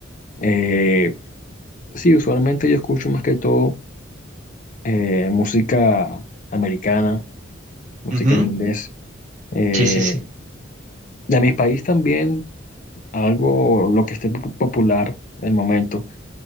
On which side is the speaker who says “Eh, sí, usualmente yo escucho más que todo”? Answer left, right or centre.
Left